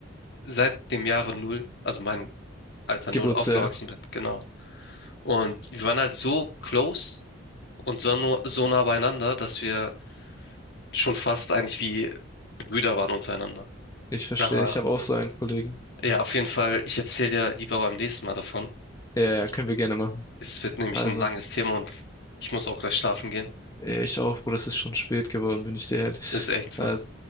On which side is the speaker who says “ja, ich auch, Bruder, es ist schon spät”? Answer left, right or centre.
Left